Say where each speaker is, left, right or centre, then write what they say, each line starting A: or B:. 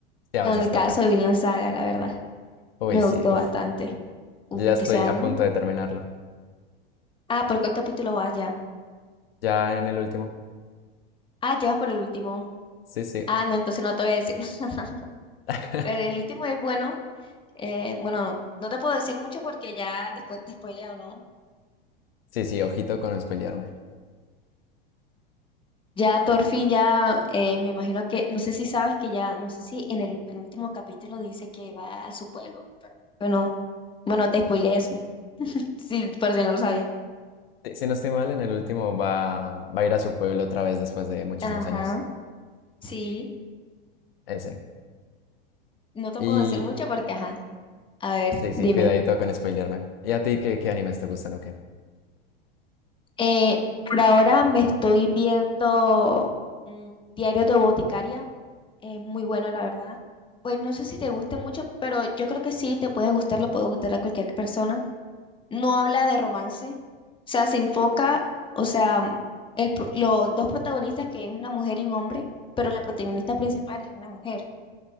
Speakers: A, on the left; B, on the left.
A: sí a
B: Como
A: veces
B: en el
A: toca.
B: caso de Vinland Saga, la verdad,
A: Uy,
B: me
A: sí,
B: gustó
A: uf,
B: bastante. Uf,
A: yo ya
B: es
A: estoy
B: que sea anime.
A: a punto
B: ¿no?
A: de terminarlo.
B: Ah, ¿por cuál capítulo vas ya?
A: Ya en el último.
B: Ah, llevas por el último.
A: Sí, sí.
B: Ah, no, entonces no te voy a decir. <laughs>
A: <laughs>
B: El último es bueno. Eh, bueno, no, no te puedo decir mucho porque ya después te spoileo, ¿no?
A: Sí, sí, ojito con espelearme.
B: Ya, Thorfinn ya eh, me imagino que, no sé si sabes que ya, no sé si en el penúltimo capítulo dice que va a su pueblo. Bueno, bueno, te spoileé eso, sí, por si no lo sabías.
A: Sí, Si no estoy mal, en el último va, va a ir a su pueblo otra vez después de muchísimos
B: Ajá,
A: años.
B: sí,
A: Ese.
B: no te
A: Y
B: puedo decir mucho porque, ajá, a ver,
A: sí, sí,
B: dime.
A: cuidadito con spoilearme. ¿Y a ti qué, qué animes te gustan o qué?
B: Eh, por ahora me estoy viendo mm, Diario de Boticaria, es muy bueno, la verdad. Pues no sé si te guste mucho, pero yo creo que sí, te puede gustar, le puede gustar a cualquier persona. no habla de romance, o sea, se enfoca, o sea, mm, el pro- los dos protagonistas, que es una mujer y un hombre, pero la protagonista principal es una mujer,